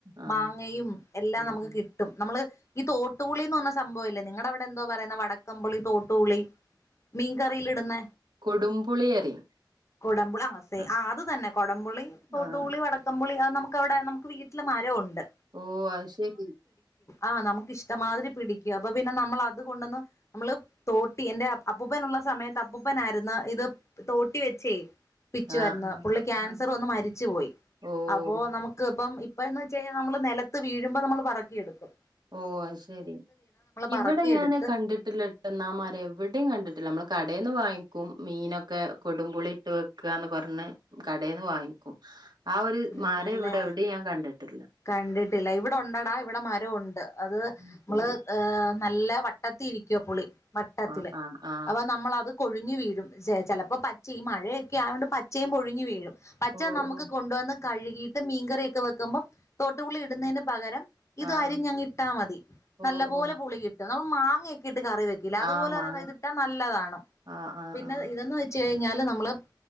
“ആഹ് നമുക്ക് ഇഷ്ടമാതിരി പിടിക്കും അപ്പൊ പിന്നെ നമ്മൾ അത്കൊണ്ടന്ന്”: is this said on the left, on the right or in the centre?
Left